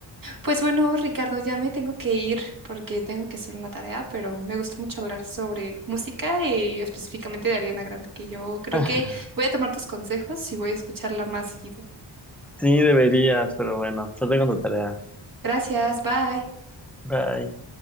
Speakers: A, on the right; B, in the centre.
A: Pues bueno, Ricardo, ya me tengo que ir porque tengo que hacer una tarea, pero me gustó mucho hablar sobre música y específicamente de Ariana Grande, que yo creo
B: <laughs>
A: que voy a tomar tus consejos y voy a escucharla más seguido.
B: Sí, deberías, pero bueno, suerte con tu tarea.
A: Gracias, bye.
B: Bye.